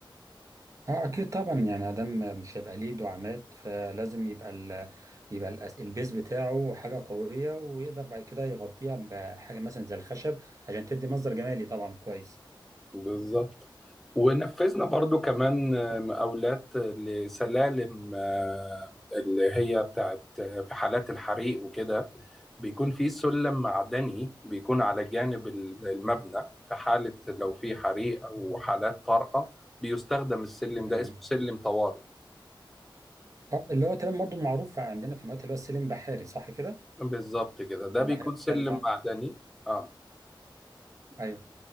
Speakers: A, on the right; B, in the centre.
A: اه اكيد طبعا يعني ادم مش هيبقى ليه دعامات فلازم يبقى ال يبقى الأس- البيز بتاعه حاجه قويه ويقدر بعد كده يغطيها بحاجه مثلا زي الخشب عشان تدي مصدر جمالي طبعا كويس
B: بالظبط ونفذنا برضو كمان آه، مقاولات لسلالم آه، اللي هي بتاعت آه، في حالات الحريق وكده بيكون في سلم معدني بيكون على جانب ال- المبنى في حالة لو في حريق أو حالات طارئة بيستخدم السلم
A: تمام
B: ده اسمه سلم طوارئ
A: اه اللي هو تمام برضو معروف عندنا في الوقت اللي هو السلم بحاري صح كده
B: بالظبط كده ده
A: ده
B: بيكون
A: حاجة
B: سلم
A: مختلفة
B: معدني اه
A: ايوه